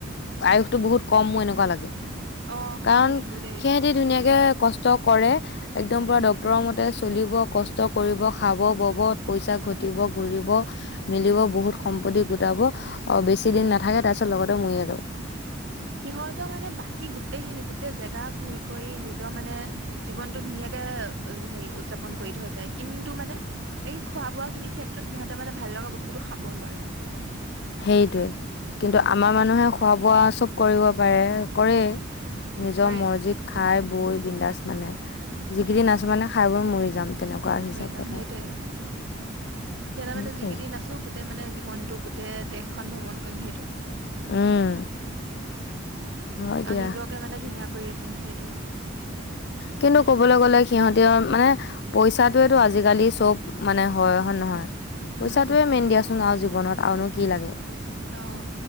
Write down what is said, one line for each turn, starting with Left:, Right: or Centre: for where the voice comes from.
Left: আয়ুসটো বহুত কম মোৰ এনেকুৱা লাগে।
Right: অ হয়
Left: কাৰণ
Right: কিন্তু দেই
Left: সিহঁতি ধুনীয়াকে। কষ্ট কৰে। একদম পুৰা
Right: উম
Left: ডক্তৰৰ মতে। চলিব কষ্ট কৰিব খাব বব পইচা ঘটিব ঘূৰিব মিলিব
Right: উম
Left: বহুত সম্পত্তি গ- গোতাব অ বেছি
Right: উম
Left: দিন নাথাকে তাৰিছত লগত কৰময়দ <unintelligible>
Right: সিহঁত মানে বাকী গোটেইখিনি গোটেই জেগা ঘূৰি ঘৰি নিজৰ মানে জীৱনটো ধুনীয়াকে হেৰি উদযাপন কৰি থৈছে কিন্তু মানে এই খোৱা বোৱা খিনিৰ ক্ষেত্ৰত সিহঁতে মানে ভাল লগা বস্তুটো খাবও নোৱাৰে
Left: সেইটোৱে কিন্তু
Right: উম
Left: আমাৰ মানুহে খোৱা বোৱা চব কৰিব পাৰে কৰে। নিজৰ
Right: কৰে
Left: মৰজিদ খাই বৈ বিন্দাজ মানে যিকেইদিন
Right: উম
Left: আছো মানে খাই বই মৰি যাম তেনেকুৱা হিচাপত
Right: মৰি যাম সেইটোয়ে
Left: আৰু
Right: সিয়াতে
Left: সেইটোৱে।
Right: মানে যিকেইদি ন আছো। গোতেই মানে জীৱ মটো গোটেই দেশখন ভ্ৰমণ কৰিম সেইটো-
Left: উম হয় দিয়া
Right: আৰু নিজকে মানে ধুনীয়াক কৰি ৰাখিম সেইটো
Left: কিন্তু ক'বলৈ গ'লে সিহতি মানে পইচাতোয়েটো আজিকালি চব মানে হয় হয় নহয়।
Right: উম
Left: পইচাটোয়ে মেন দিয়া চোন ন আৰু জীৱনত আৰুনো কি লাগে।
Right: অহ